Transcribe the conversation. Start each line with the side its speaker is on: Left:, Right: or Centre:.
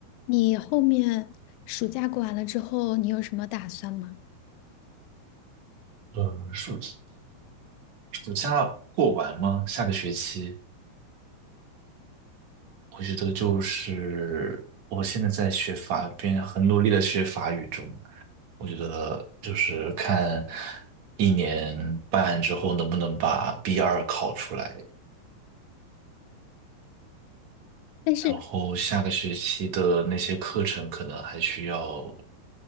Left: 你后面暑假过完了之后，你有什么打算吗？
Right: 呃，暑假暑假过完吗？下个学期，我觉得就是我现在在学法语，边很努力的学法语中，我觉得就是看一年半之后能不能把 b 二考出来，
Left: 但是
Right: 然后下个学期的那些课程可能还需要